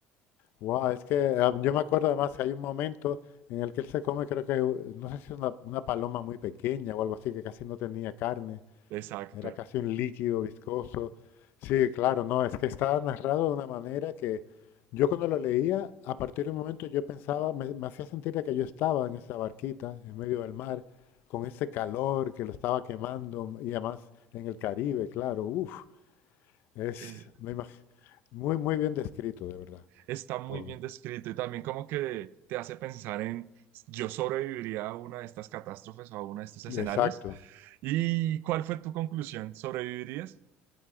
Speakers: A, on the left; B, on the right.
A: Guau, es que ah, yo me acuerdo además que hay un momento en el que él se come, creo que, u- no sé si es una, una paloma muy pequeña o algo así, que casi no tenía carne,
B: Exacto.
A: era casi un líquido viscoso. Sí, claro, no, es que estaba narrado de una manera que yo cuando lo leía, a partir de un momento yo pensaba, me, me hacía sentir de que yo estaba en esa barquita, en medio del mar, con ese calor que lo estaba quemando, y además en el Caribe, claro, uff, es
B: Eh,
A: me imag- muy, muy bien descrito, de verdad,
B: está muy
A: todo.
B: bien descrito y también como que te hace pensar en, yo sobreviviría a una de estas catástrofes o a uno de estos escenarios.
A: Exacto.
B: ¿Y cuál fue tu conclusión? ¿Sobrevivirías?